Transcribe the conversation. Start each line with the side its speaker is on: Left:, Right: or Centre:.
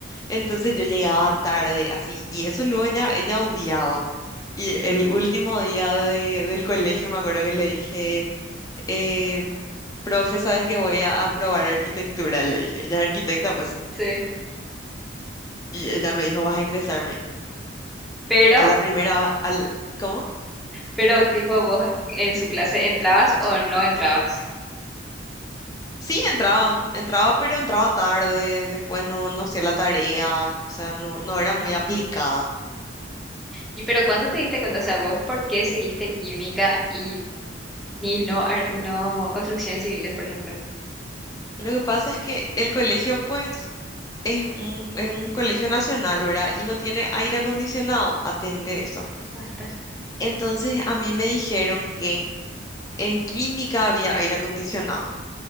Left: Entonces yo llegaba tarde así y eso luego ella, ella odiaba. Y
Centre: Sí.
Left: el último día de- del colegio me acuerdo que le dije, em, profe, ¿sabes que voy a aprobar arquitectura? Le dije, ella es arquitecta, pues.
Centre: Sí.
Left: Y ella me dijo, vas a ingresar, me dijo.
Centre: Pero,
Left: A la primera, vas, al, ¿cómo?
Centre: pero tipo vos en su clase entrabas o no entrabas.
Left: Sí, entraba, entraba, pero entraba tarde, después no, no hacía la tarea, o sea, no, no era muy aplicada.
Centre: Y pero ¿cuándo te diste cuenta, o sea, vos por qué seguiste química y, y no, ar- no construcciones civiles, por ejemplo?
Left: Lo que pasa es que el colegio, pues, es un, es un colegio nacional, ¿verdad? Y no tiene aire acondicionado, atende eso.
Centre: Basta.
Left: Entonces, a mí me dijeron que en química había aire acondicionado